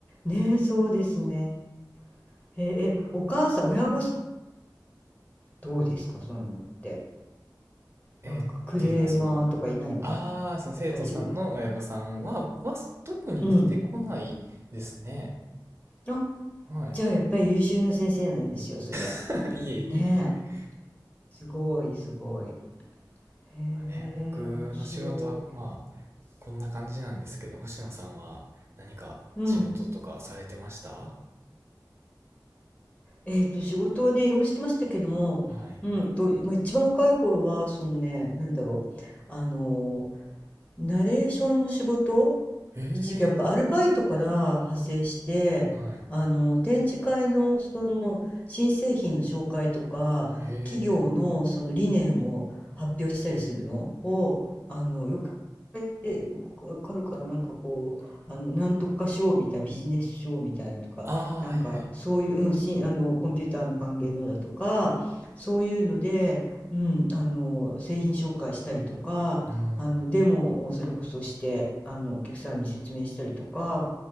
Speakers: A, on the left; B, on the right.
A: ねえ、そうですね。へえ、えお母さん、親御さん、どうですか、そういうのって。
B: えーっていうのは、
A: なんかクレーマーとかいないの
B: その、ああ、その生徒さんの親御さんは、
A: 大丈夫
B: は、特に出てこないですね。
A: うん。あ、
B: はい。
A: じゃあやっぱり優秀な先生なんですよ、それ。
B: <laughs> いえいえいえ。
A: ねえ。すごい、すごい。へえ、
B: まあね、僕の仕事は、
A: 面白
B: まあ、こんな感じなんですけど、星野さんは何か仕事とかされてました
A: い。うん。えっと、仕事はね、いろいろしてましたけども、
B: はい。
A: うんと、まあ、一番若い頃は、そのね、なんだろう。あのナレーションの仕事
B: え
A: 一時やっぱアルバイトから派生してあの展示会のその新製品の紹介とか企業のその理念を発表したりするのをあのよく
B: えはい。ええ
A: で僕わかるからなんかこうあのなんとかショーみたいなビジネスショーみたいなのとかなんかそういう、
B: ああ、はいはい。
A: うん、しあのコンピューターの関係のだとかそういうので、うん、あの製品紹介したりとかあのデモをそれこそしてあのお客さんに説明したりとか
B: うん。